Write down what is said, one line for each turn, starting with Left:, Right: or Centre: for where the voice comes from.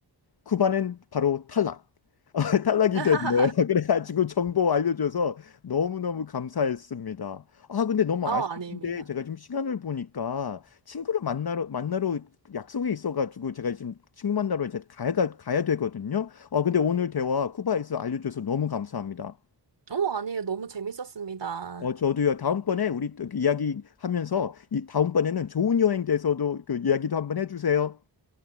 Left: 쿠바는 바로 탈락. <laughs> 탈락이
Right: <laughs>
Left: 됐네요. <laughs> 그래가지고 정보 알려줘서 너무너무 감사했습니다. 아, 근데 너무
Right: 어,
Left: 아쉬운데
Right: 아닙니다.
Left: 제가 지금 시간을 보니까 친구를 만나러, 만나러 약속이 있어가지고 제가 지금 친구 만나러 이제 가야, 가야 되거든요. 어, 근데 오늘 대화 쿠바에서 알려줘서 너무 감사합니다.
Right: 어, 아니에요. 너무 재밌었습니다.
Left: 어, 저도요, 다음번에 우리 또 그 이야기 하면서 이 다음번에는 좋은 여행 돼서도 그 이야기도 한번 해주세요.